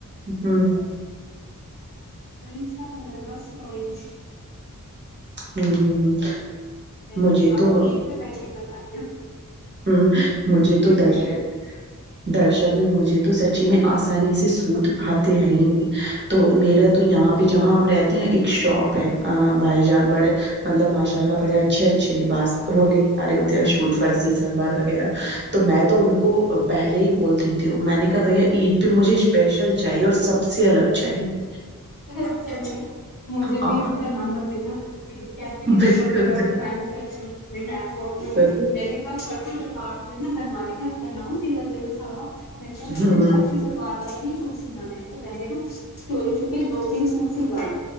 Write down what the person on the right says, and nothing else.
ہوں ہ <inaudible>
ہوں ہوں ہ <inaudible>
مجھے
تو
ہاں <inaudible> مجھے
تو درشن
درشن <unintelligible> میں مجھے تو سچی میں آسانی سے سو <unintelligible> سوٹ پھاتے ہیں <inaudible> تو میرا تو یہاں پہ جہاں ہم رہتے ہیں ایک شاپ ہے بھائی جان بڑے مطلب ماشاء اللہ بڑے اچھے اچھے لباس وہ لے کے پا رہے ہوتے ہیں شوٹ فرسی سے <unintelligible> سلوار وغیرہ تو میں تو ان کو پہلے ہی بول دیتی ہوں میں نے کہا بھیا عید پہ مجھے اسپیشل چاہیے اور سب سے الگ چاہیے <unintelligible>
ہاں
بالکل
بالکل
ہ